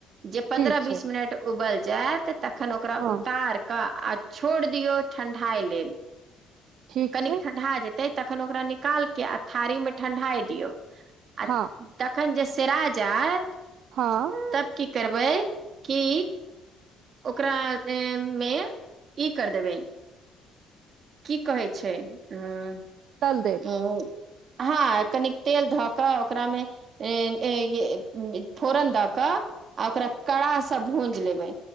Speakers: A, on the right; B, on the right.
A: जे पन्द्रह
B: ठीक छै
A: बीस मिनट उबल जैत तखन ओकरा
B: हँ
A: उतार कऽ आ छोड़ दियौ ठंढाइ लेल
B: ठीक
A: कनिक
B: छै
A: ठंढा जेतै तखन ओकरा निकालके आ थारी मे ठंढाइ दियौ आ
B: हँ
A: तखन जे सेरा जाय
B: हँ
A: तब की करबै की ओकरा मे ई कर देबै की कहै छै ऐं
B: तल देब
A: उंम्म हँ कनिक तेल धऽ कऽ ओकरामे ऐं एय फोरन दऽ कऽ आ ओकरा कड़ासँ भूंज लेबै।